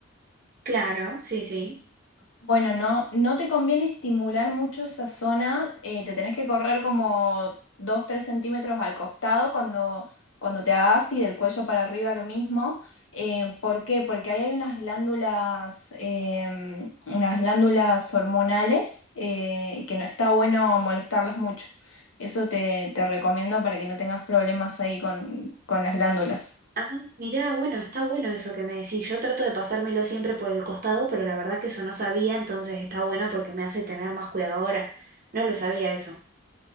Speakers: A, on the right (about 45°); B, on the left (about 80°).
A: claro, sí, sí.
B: Bueno, no, no te conviene estimular mucho esa zona, eh, te tenés que correr como dos, tres centímetros al costado cuando, cuando te hagas y del cuello para arriba lo mismo. Eh, ¿por qué? Porque ahí hay unas glándulas, em, unas glándulas hormonales eh, que no está bueno molestarlas mucho. Eso te, te recomiendo para que no tengas problemas ahí con, con las glándulas.
A: Ah, mirá, bueno, está bueno eso que me decís. Yo trato de pasármelo siempre por el costado, pero la verdad que eso no sabía, entonces está bueno porque me hace tener más cuidado ahora. No lo sabía eso.